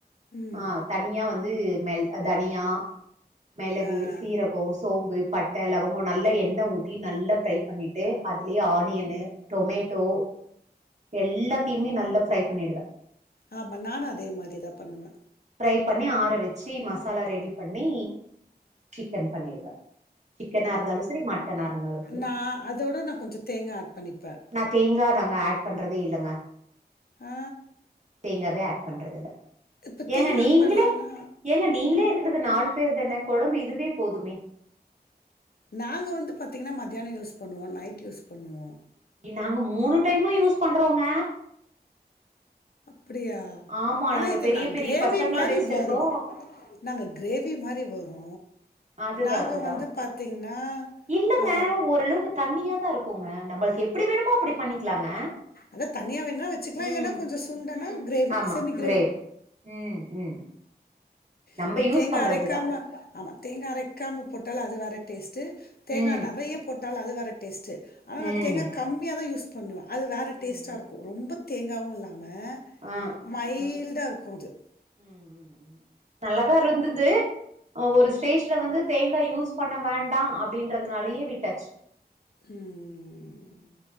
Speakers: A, on the left; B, on the right.
A: ம்
B: ஆ தனியா வந்து மெள் ஆ தனியா, மெளகு,
A: ஆ வேற
B: சீரகோ, சோம்பு, பட்ட, லவங்கோ நல்லா எண்ணெ ஊத்தி நல்லா டை பண்ணி ட்டு அதுலயே ஆனியனு டொமேட்டோ எல்லாத்தையுமே நல்லா ஃப்ரை பண்ணிடுவே
A: ஆமா நானு அதே மாரிதா பண்ணுவே
B: ஃப்ரை பண்ணி ஆற வச்சு மசாலா ஆ ரெடி பண்ணி சிக்கன் பண்ணிடுவே சிக்கனா இருந்தாலு சரி மட்டனா இருந்தாலு சரி
A: நா அதோட நா கொஞ்சோ தேங்கா ஆட் பண்ணிப்பே
B: நா தேங்கா நாங்க ஆட் பண்றதே இல்லங்க
A: ஆ
B: தேங்காவே ஆட் பண்றது இல்ல
A: இப்ப
B: ஏங்க
A: தேங்கா
B: நீங்களே
A: ஆட் பண்லன்னா
B: ஏங்க நீங்களே இருக்கறது நாலு பேருதான கொழம்பு இதுவே போதுமே
A: நாங்க வந்து பாத்தீங்கன்னா மத்தியானோ யூஸ் பண்ணுவோ நைட் யூஸ் பண்ணுவோ
B: இ நாங்க மூணு டைமு யூஸ் பண்றோங்க.
A: அப்பிடியா
B: ஆமா
A: ஆனா
B: நாங்க
A: இது
B: பெரிய
A: ந
B: பெரிய
A: கிரேவி
B: பசங்கள
A: மாரி
B: வெச்சிருக்கோ
A: வரு நாங்க கிரேவி மாரி வரு
B: அதுதா
A: நாங்க
B: அதுதா
A: வந்து பாத்தீங்கன்னா
B: இல்லங்க
A: ஆ
B: ஓரளவுக்கு தண்ணியாதா இருக்குங்க. நம்மளுக்கு எப்பிடி வேணுமோ அப்பிடி பண்ணிக்கலாங்க
A: அதா தனியா வேணா வச்சுக்கலா
B: ம்
A: இல்லன்னா கொஞ்சோ சுண்டனா
B: ம்
A: கிரேவி
B: ஆமா
A: செமி
B: கிரேவி ம் ம் நம்ம
A: இப்ப
B: யூஸ்
A: தேங்கா
B: பண்றதுதா
A: அரைக்காம ஆமா தேங்கா அரைக்காம போட்டாலு அது வேற டேஸ்ட்டு தேங்கா
B: ம்
A: நெறைய போட்டாலு அது வே ற டேஸ்ட்டு ஆனா நா
B: ம்
A: தேங்கா கம்மியாதா யூஸ் பண்ணுவ அது வேற டேஸ்ட்டா
B: ம்
A: இருக்கு ரொம்பத் தேங்காவுல்லா நம்ம
B: ஆ
A: மைல்டா இருக்கு அது
B: ம் ம் ம் நல்லாதா இருந்தது ஒரு ஸ்டேஜ்ல வந்து தேங்காய் யூஸ் பண்ண வேண்டா அப்டின்றதுனாலயே விட்டாச்சு
A: ம்.
B: ம்